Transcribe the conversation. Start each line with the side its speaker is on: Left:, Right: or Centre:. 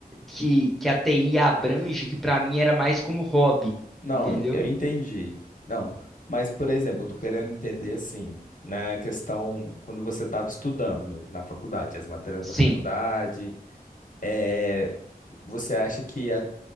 Centre: que, que a TI abrange, que para mim era mais como hobby,
Left: Não,
Centre: entendeu?
Left: eu entendi. Não, mas, por exemplo, eu tô querendo entender assim, na questão quando você estava estudando mesmo, na faculdade, as matérias
Centre: Sim.
Left: da faculdade, é, você acha que a-